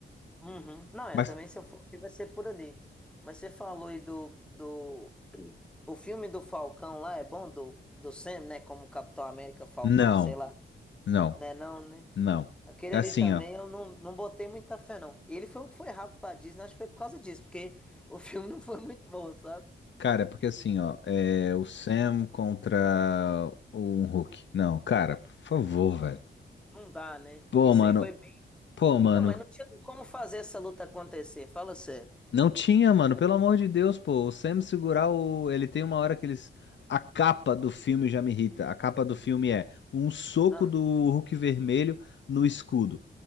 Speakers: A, in the centre; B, on the left.
A: Uhum. Não, é,
B: Mas,
A: também se eu fosse, vai ser por ali. Mas você falou aí do, do... O filme do Falcão lá é bom? Do, do Sam, né? Como Capitão América Falcão,
B: não,
A: sei lá.
B: não,
A: Né não, né?
B: não.
A: Aquele
B: É
A: ali
B: Assim,
A: também
B: ó.
A: eu não, não botei muita fé, não. Ele foi um que foi rápido pra Disney, acho que foi por causa disso, porque o <laughs> filme não foi muito bom, sabe?
B: Cara, é porque assim, ó, é o Sam contra um Hulk. Não, cara, por favor, velho.
A: Não dá, né?
B: Pô,
A: Isso
B: mano,
A: aí foi bem.
B: pô, mano,
A: Não, mas não tinha como fazer essa luta acontecer, fala sério.
B: não tinha, mano, pelo amor de Deus, pô, o Sam segurar o. Ele tem uma hora que eles. A capa do filme já me irrita. A capa do filme é um soco
A: Ah,
B: do Hulk vermelho no escudo.